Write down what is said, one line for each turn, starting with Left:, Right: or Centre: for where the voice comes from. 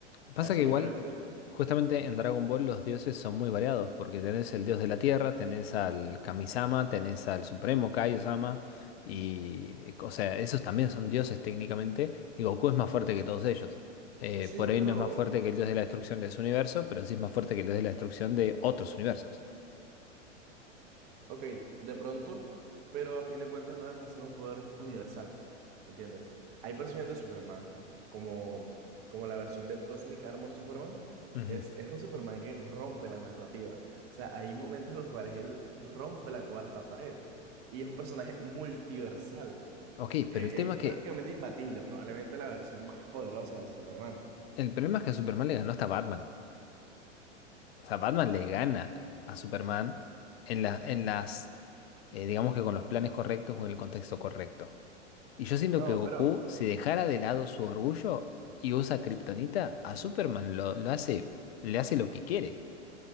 Left: Pasa
Right: a eso
Left: que igual,
Right: me quiero decir.
Left: justamente en Dragon Ball los dioses son muy variados, porque tenés el dios de la tierra, tenés al Kami-sama, tenés al supremo Kaio-sama, y, eh, o sea, esos también son dioses técnicamente, y Goku es más fuerte que todos ellos. Eh,
Right: Sí,
Left: por ahí
Right: pero
Left: no es más fuerte que el dios de la destrucción de su universo, pero sí es más fuerte que el dios de la destrucción de otros universos.
Right: Ok, de pronto, pero a fin de cuentas no es hacer un poder universal, ¿entiendes? Hay versiones de Superman, como, como la versión del Cosmic Armor Superman.
Left: Ujú.
Right: Es, es un Superman que rompe la narrativa. O sea, hay momentos en los cuales él rompe la cuarta pared. Y es un personaje multiversal.
Left: Ok,
Right: Eh,
Left: pero el tema
Right: es
Left: es que,
Right: prácticamente imbatible, probablemente la versión más poderosa de Superman.
Left: el problema es que a Superman le ganó hasta Batman. O sea, Batman le gana a Superman en la- en las eh, digamos que con los planes correctos o en el contexto correcto. Y yo siento
Right: No,
Left: que Goku,
Right: pero,
Left: si dejara de lado su orgullo y usa Kryptonita, a Superman lo, lo hace, le hace lo que quiere.